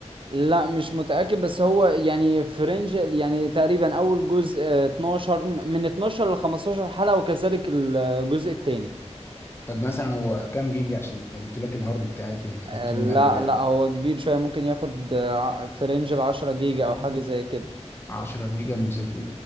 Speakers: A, on the right; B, on the left.
A: لا مش متأكد بس هو يعني فرنج يعني تقريبا أول جزء آه، 12 من 12 ل 15 حلقة وكذلك الجزء التاني
B: طب مثلا هو كام جيجا عشان لو جبت لك الهارد بتاعتي تحطهم
A: آه، لا
B: لي عليه
A: لا هو كبير شوية ممكن ياخد فرنج ال 10 جيجا أو حاجة زي كده
B: 10 جيجا المسلسل